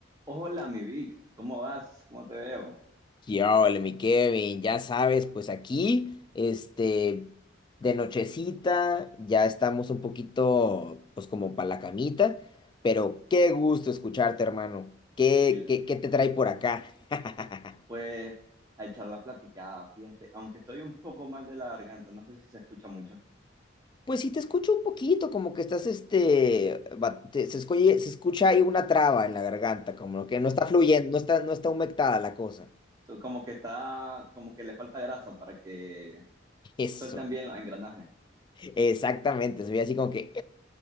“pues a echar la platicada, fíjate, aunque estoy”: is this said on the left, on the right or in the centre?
Right